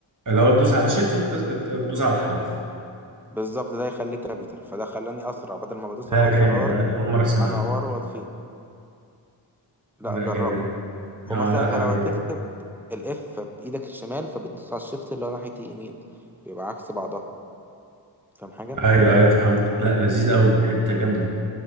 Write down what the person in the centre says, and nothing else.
بالظبط ده يخليه كابيتال فده خلاني اسرع بدل ما بدوس
على
الزرار
انوره واطفيه لا
اجربها
ومثلا
انت لو
هتكتب الاف بايدك الشمال فبتدوس على الشفت اللي هو ناحيه اليمين بيبقى عكس بعضها فاهم حاجه